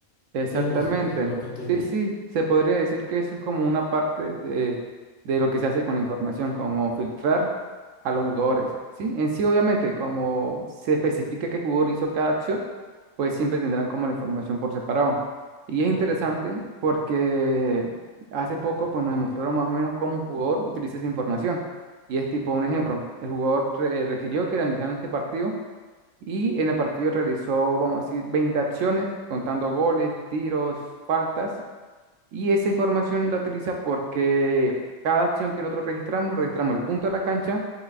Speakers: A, on the right (about 80°); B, on the left (about 50°).
A: Exactamente.
B: Sí, es más o menos eso lo que entendí.
A: Sí, sí, se podría decir que eso es como una parte de, de lo que se hace con la información, como filtrar a los jugadores. Sí, en sí, obviamente, como se especifica qué jugador hizo cada acción, pues siempre tendrán como la información por separado. Y es
B: Ujú.
A: interesante porque hace poco pues nos mostraron más o menos cómo un jugador utiliza esa información. Y es tipo un ejemplo. El jugador re- requirió que analizaran este partido Y en el partido realizó, vamos a decir, 20 acciones, contando goles, tiros, faltas. Y esa información la utiliza porque cada acción que nosotros registramos, registramos el punto de la cancha,